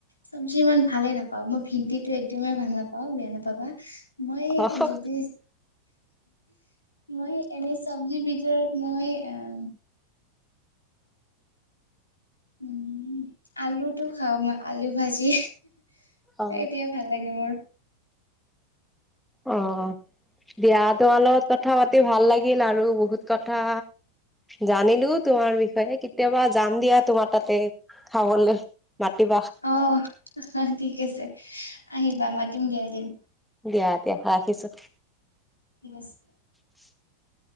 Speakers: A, on the left; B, in the centre.
A: চব্জি ইমান ভালে নাপাওঁ মই ভেন্দিটো একদমেই ভাল নাপাওঁ বেয়া নাপাবা মই
B: অ
A: যদি মই এনে চব্জিৰ ভিতৰত মই আহ উম আলুটো খা মই আলু ভাজি
B: অ
A: এতিয়া ভাল লাগে মোৰ
B: অ দিয়া তোমাৰ লগত কথা পাতি ভাল লাগিল আৰু বহুত কথা জানিলো তোমাৰ বিষয়ে কেতিয়াবা যাম দিয়া তোমাৰ তাতে খাবলৈ মাতিবা
A: অ ঠিক আছে আহিবা মাতিম দিয়া ম
B: দিয়া দিয়া ৰাখিছো
A: ঠিক আছে
B: <unintelligible>